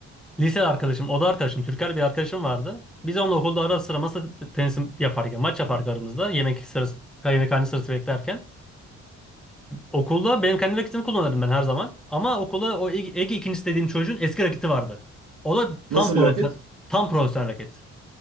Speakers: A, in the centre; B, on the right.
A: lise arkadaşım, oda arkadaşım, Türker bir arkadaşım vardı. Biz onunla okulda ara sıra masa t- tenisi yaparken, maç yaparken aramızda yemek sırası, yemekhane sırası beklerken. Okulda benim kendi raketimi kullanırdım ben her zaman. Ama okulda o Ege, Ege ikincisi dediğim çocuğun eski raketi vardı. O da tam
B: Nasıl
A: profesyonel,
B: bir raket?
A: tam profesyonel raket.